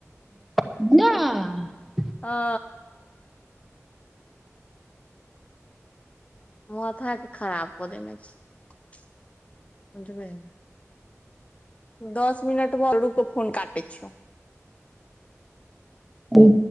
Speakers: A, in the centre; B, on the left.
A: नहि
B: आ मुथऽ ह क खराब क देने छै समझबै दस मिनट भर रुकऽ फोन काटै छियौ
A: ह अ